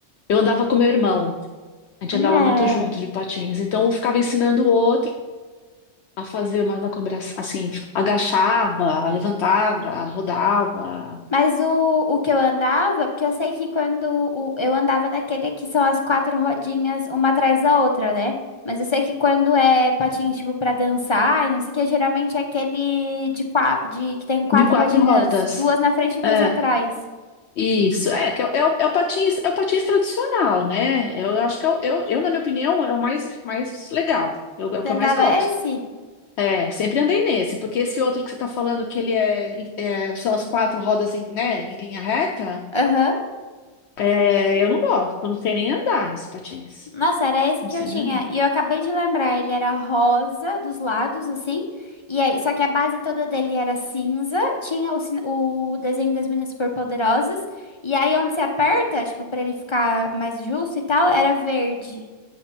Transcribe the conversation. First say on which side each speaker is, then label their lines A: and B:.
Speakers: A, on the left; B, on the left.
A: Eu andava com meu irmão, a gente
B: É.
A: andava muito junto de patins, então eu ficava ensinando o outro. a fazer umas acobrações, assim, agachava, levantava, rodava,
B: Mas o, o que eu andava, porque eu sei que quando o- eu andava daquele que são as quatro rodinhas uma atrás da outra, né? Mas eu sei que quando é patins, tipo, pra dançar e não sei o que, geralmente é aquele de, qua- de que tem quatro
A: de quatro
B: rodinhas,
A: rodas.
B: duas na frente e duas
A: É,
B: atrás.
A: isso. É, que é, o, é o é o patins, é o patins tradicional, né? Eu acho que é o- eu, eu, na minha opinião, é o mais, mais legal. Eu, é o
B: Você
A: que
B: andava
A: eu mais gosto.
B: esse?
A: É, sempre andei nesse, porque esse outro que você tá falando que ele é, é, são as quatro rodas em, né, em linha reta,
B: Aham.
A: é, eu não gosto, eu não sei nem andar nesse patins.
B: Nossa, era esse
A: Não
B: que
A: sei
B: eu tinha.
A: nem andar.
B: E eu acabei de lembrar, ele era rosa dos lados, assim. E aí, só que a base toda dele era cinza. Tinha o, sin- o desenho das meninas superpoderosas. E aí, onde você aperta, tipo, pra ele ficar mais justo e tal, era verde.